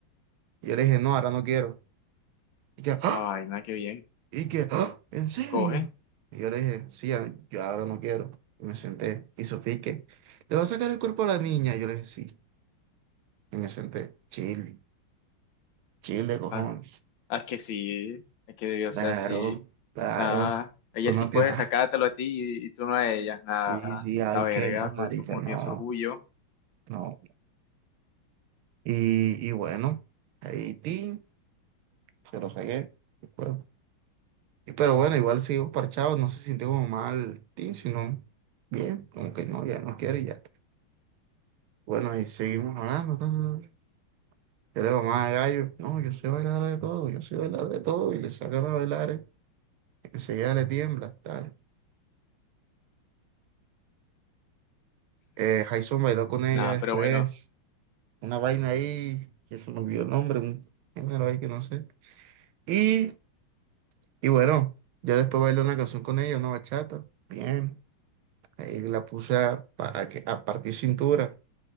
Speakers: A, on the right (about 80°); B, on the left (about 70°).
A: Y yo le dije, no, ahora no quiero. Y que, "¿Ah?
B: Ah, vaina, qué bien.
A: Y que, "¿Ah? ¿En serio?
B: Coge.
A: Y yo le dije, sí, a- yo ahora no quiero. Y me senté. Y Sofía, ¿y ¿qué? ¿Le va a sacar el cuerpo a la niña? Y yo le dije, sí. Y me senté. Chile, chile, cojones.
B: ah, Ah, es que sí, es que debió
A: Claro,
B: ser así.
A: claro.
B: Ah, ella
A: Uno
B: sí puede
A: tiene, ah,
B: sacártelo a ti y, y tú no a ella. Nada,
A: sí, sí, hay
B: la verga,
A: que más
B: tú-
A: marica,
B: tú- uno
A: no,
B: tiene su orgullo.
A: no. Y, y bueno, ahí, ti. se lo saqué. el cuerpo. Y Pero bueno, igual sigo parchado, no se sintió como mal, tin, sino bien, como que no, ya no quiero y ya. Bueno, y seguimos hablando. ta, ta, ta. Yo le digo, más gallo, no, yo soy bailar de todo, yo soy bailar de todo, y le sacan a bailar, eh, enseguida le tiembla, tal. Eh, Jason bailó con ella
B: Nada,
A: después,
B: pero bueno,
A: una vaina ahí, que se me olvidó el nombre, un género ahí que no sé. Y, y bueno, yo después bailé una canción con ella, una bachata, bien. Ahí la puse a, pa- a que, a partir cintura,